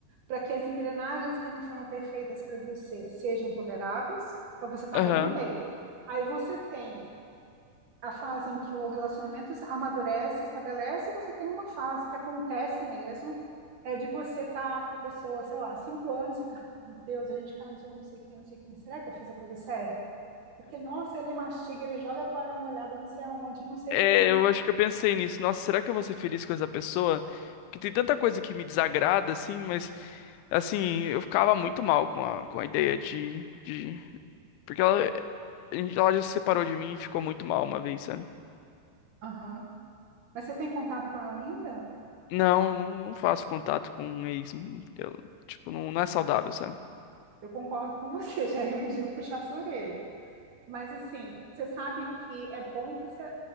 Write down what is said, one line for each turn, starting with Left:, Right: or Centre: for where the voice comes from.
Right: para que as engrenagens que não foram perfeitas para você sejam toleráveis. Então você está
Left: Aham.
Right: bem no meio. Aí você tem a fase em que o relacionamento amadurece, estabelece, você tem uma fase que acontece mesmo, é de você estar tá com a pessoa, sei lá, cinco anos, e ficar, meu Deus, a gente casou, não sei o que, não sei o que, mas será que eu fiz a coisa certa? Porque, nossa, ele mastiga, ele joga a toalha molhada não sei aonde, não sei
Left: É,
Right: o que, não sei...
Left: eu acho que eu pensei nisso. Nossa, será que eu vou ser feliz com essa pessoa? Porque tem tanta coisa que me desagrada, assim, mas, assim, eu ficava muito mal com a, com a ideia de, de... Porque ela, ela já se separou de mim e ficou muito mal uma vez, sabe?
Right: Aham. Mas você tem contato com ela ainda?
Left: Não, não, não faço contato com um ex. Eu, tipo, não, não é saudável, sabe?
Right: Eu concordo com você, <laughs> já eu ia puxar sua orelha. Mas, assim, você sabe que é bom você,